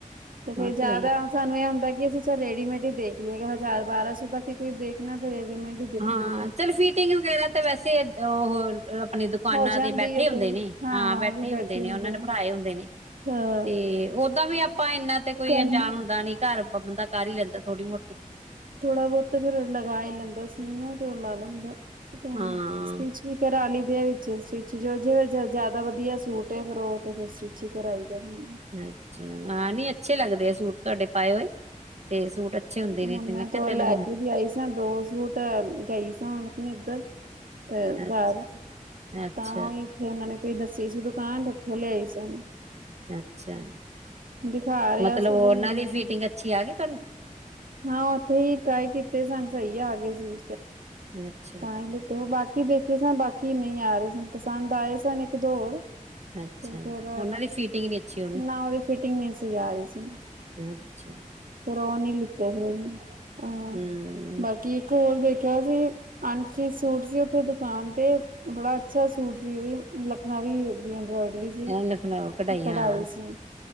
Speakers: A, on the right (about 80°); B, on the right (about 50°).
A: ਤੇ ਫੇਰ
B: ਉਹ
A: ਜਿਆਦਾ
B: ਹੈ ਹੀ।
A: ਸਾਨੂੰ ਇਹ ਹੁੰਦਾ ਕਿ, ਅਸੀਂ ਚੱਲ ਰੇਡੀਮੇਡ ਹੀ ਦੇਖ ਲਈਏਗਾ, ਹਜ਼ਾਰ ਬਾਰਾਂ ਸੌ ਤੱਕ ਹੀ ਕੋਈ ਦੇਖਣਾ ਤੇ ਰੈਡੀਮੇਡ
B: ਹਾਂ ਚਲ ਫੀਟਿੰਗ ਵਗੈਰਾ ਤਾਂ ਵੈਸੇ ਉਹ ਆਪਣੀ ਦੁਕਾਨਾਂ
A: ਹੋ ਜਾਂਦੀ
B: ਤੇ ਬੈਠੇ
A: ਹੈ
B: ਹੁੰਦੇ
A: ਤੇ
B: ਨੇ ਹਾਂ, ਬੈਠੇ
A: ਉਹ ਵੀ
B: ਹੁੰਦੇ ਨੇ ਉਹਨਾਂ ਨੇ ਬਣਾਏ
A: ਆ
B: ਹੁੰਦੇ ਨੇ।
A: ਹਾਂ
B: ਤੇ ਓਦਾਂ ਵੀ ਆਪਾਂ ਇਨਾ ਤੇ ਕੋਈ
A: ਕਰ
B: ਅਣਜਾਣ ਹੁੰਦਾ ਨੀ। ਘਰ ਬੰਦਾ ਕਰ ਹੀ ਲੈਂਦਾ ਥੋੜੀ ਮੋਟੀ।
A: ਥੋੜਾ ਬਹੁਤ ਫੇਰ ਲਗਾ ਹੀ ਲੈਂਦਾ ਸੀ, ਨਾ ਤੇ ਉਹ ਲਾ ਲੈਂਦਾ ਹ
B: ਹਾਂ
A: ਕਰਾ ਲਈ ਦੇ ਵਿੱਚ ਸਟਿਚ ਜੋ ਜੇ, ਵੇ ਜ਼ਿਆਦਾ ਵਧੀਆ ਸੂਟ ਫੇਰ ਉਹ ਤੇ ਫਿਰ ਸਟਿਚ ਹੀ ਕਰਾਈ ਦਾ ਵੀ
B: ਅੱਛਾ ਹਾਂ ਨੀ ਅੱਛੇ ਲੱਗਦੇ ਆ, ਸੂਟ ਤੁਹਾਡੇ ਪਾਏ ਹੋਏ ਤੇ ਸੂਟ। ਅੱਛੇ ਹੁੰਦੇ ਨੇ
A: ਹੁਣ
B: ਤੇ
A: ਮੈਂ
B: ਕਿਹਾ
A: ਦੋ ਲੈ
B: ਚੱਲ
A: ਕੇ ਵੀ ਆਈ ਸਾਂ ਦੋ ਸੂਟ। ਤਾਂ ਗਈ ਸੀ, ਹੁਣ ਆਪਣੀ ਇੱਧਰ ਤੇ
B: ਅੱਛਾ
A: ਘਰ
B: ਅੱਛਾ,
A: ਤਾਂ ਉਹ ਉਹਨਾਂ ਨੇ ਕਈ ਦੱਸੀ ਸੀ, ਦੁਕਾਨ ਤੇ ਉੱਥੋਂ ਲਿਆਈ ਸੀ, ਉਹਨੂੰ
B: ਅੱਛਾ,
A: ਦਿਖਾ ਰਿਹਾ
B: ਮਤਲਬ
A: ਸੀ
B: ਉਹਨਾਂ
A: ਮੈਨੂੰ
B: ਦੀ ਫਿਟਿੰਗ ਅੱਛੀ ਆ ਗਈ ਤੁਹਾਨੂੰ
A: ਹਾਂ ਉੱਥੇ ਹੀ ਟਰਾਈ ਕੀਤੇ ਸਨ, ਸਹੀ ਆ ਆ ਗਏ ਸੀ।
B: ਅੱਛਾ,
A: ਤਾਂ
B: ਅੱਛਾ
A: ਹੀ ਲ ਉਹ ਬਾਕੀ ਦੇਖੇ ਸਨ ਬਾਕੀ ਨਹੀਂ ਆ ਰਹੇ ਸਨ, ਪਸੰਦ ਆਏ ਸਨ ਇੱਕ ਦੋ ਹੋਰ। ਤੇ
B: ਅੱਛਾ,
A: ਫਿਰ
B: ਉਹਨਾਂ ਦੀ ਫਿਟਿੰਗ ਨੀ ਅੱਛੀ ਹੋਣੀ
A: ਨਾ ਉਹਦੀ ਫਿਟਿੰਗ ਨਹੀਂ ਸੀ ਆ ਰਹੀ ਸੀ।
B: ਅੱਛਾ,
A: ਫੇਰ ਉਹ ਨੀ ਲਿੱਤੇ ਨੀ ਹਾਂ,
B: ਹੂੰ
A: ਬਾਕੀ ਇੱਕ ਹੋਰ ਦੇਖਿਆ ਸੀ। ਅੰਸ਼ ਸੂਟ ਸੀ ਉੱਥੇ ਦੁਕਾਨ ਤੇ ਬੜਾ ਅੱਛਾ ਸੂਟ ਸੀ ਉਹੀ। ਲ ਵੀ ਅੰਬਰੋਇਡਰੀ ਸੀ,
B: ਇਹ ਲਖਨਊ
A: ਕਢਾਈ
B: ਹਾਂ
A: ਸੀ